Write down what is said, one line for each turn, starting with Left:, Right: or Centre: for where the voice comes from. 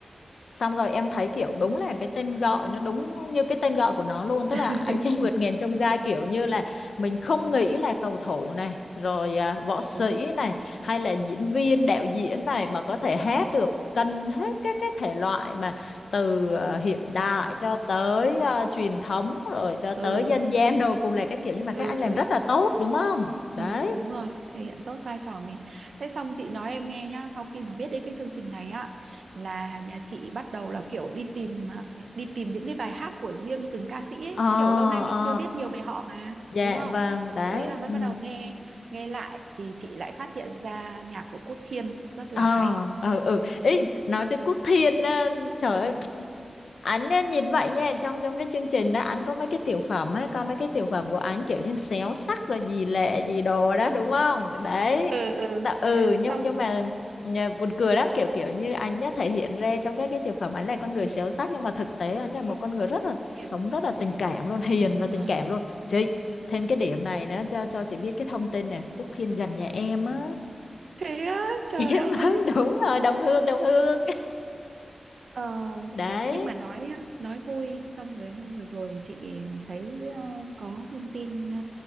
Left: xong rồi em thấy kiểu đúng là cái tên gọi nó đúng như cái tên gọi của nó luôn tức
Right: <laughs>
Left: là anh trai vượt ngàn chông gai kiểu như là mình không nghĩ là cầu thủ này rồi à, võ sĩ
Right: đúng
Left: này hay là diễn viên đạo diễn này mà có thể hát được cân hết các cái thể loại mà từ à, hiện đại cho tới à, truyền thống rồi cho tới
Right: ừ
Left: dân gian đồ cùng là cái kiểu nhưng mà
Right: ừ
Left: các anh làm
Right: ừ
Left: rất là tốt đúng không
Right: Ừ,
Left: đấy
Right: đúng rồi, thể hiện tốt vai trò mình. Thế xong chị nói em nghe nhá, sau khi mà biết đến cái chương trình này á là nhà chị bắt đầu là kiểu đi tìm à, đi tìm những cái bài hát của riêng từng ca sĩ ấy,
Left: ờ
Right: kiểu lâu nay mình
Left: ờ
Right: chưa biết nhiều về họ mà,
Left: dạ
Right: đúng không?
Left: vâng đấy
Right: Thế là mới
Left: ừ
Right: bắt đầu nghe nghe lại thì chị lại phát hiện ra nhạc của Quốc Thiên rất
Left: ờ
Right: là hay.
Left: ờ ừ ý nói tới Quốc Thiên á, trời ơi ảnh á, nhìn vậy nha trong trong cái chương trình đó anh có mấy cái tiểu phẩm á coi mấy cái tiểu phẩm của anh kiểu như xéo sắc rồi gì lệ gì đồ đó đúng không đấy
Right: Ừ ừ,
Left: Tạ- ừ nhưng
Right: xong
Left: nhưng mà nhờ- buồn cười lắm kiểu kiểu như anh đã thể hiện ra trong các cái tiểu phẩm ảnh là con người xéo sắc nhưng mà thực tế anh là một con người rất là
Right: Hiền,
Left: sống rất là tình cảm luôn hiền
Right: đúng
Left: và tình
Right: rồi.
Left: cảm luôn chị thêm
Right: Ừ.
Left: cái điểm này nữa cho cho chị biết cái thông tin nè Quốc Thiên gần nhà em á
Right: Thế á, trời
Left: Yếm
Right: ơi,
Left: ấm <laughs> đúng rồi đồng hương đồng hương
Right: Ờ,
Left: đấy
Right: nhưng mà nói á, nói vui xong rồi hôm vừa rồi chị thấy ờ, có thông tin ờ,